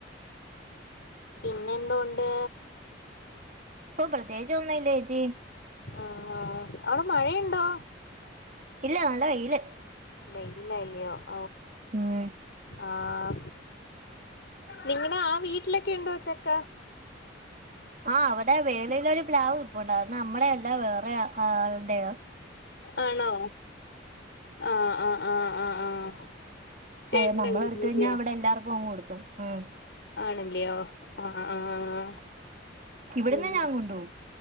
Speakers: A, on the left; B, on the right.
A: പിന്നെ എന്തോണ്ട്
B: ഇപ്പൊ പ്രത്യേകിച്ചോന്നും ഇല്ലേച്ചി
A: ഉം അവിടെ മഴയുണ്ടോ
B: ഇല്ല നല്ല വെയില്
A: വെയ്ലായിപ്പോ
B: ഉം
A: ആഹ് നിങ്ങടെ ആ വീട്ടിലൊക്കെ ഉണ്ടോ ച്ചക്ക
B: ആ അവിടെ വേളയിലോരു പ്ലാവ് നിപ്പോണ്ട് അത് നമ്മുടെയല്ല വേറെ ആളുടെയോ
A: ആണോ ആഹ് ആഹ് ആഹ് ആഹ് ആഹ് ചേട്ടന്റെ
B: അതത് നമ്മള
A: വീട്ടിലില്ലയോ
B: എടുത്ത കഴിഞ്ഞാൽ അവിടെ എല്ലാർക്കും അങ്ങ് കൊടുക്കും ഉം
A: ആണല്ലയോ ആഹ് ആഹ് ആഹാ
B: ഇവിടുന്ന്
A: ഉം
B: ഞാൻ കൊണ്ടുപോകും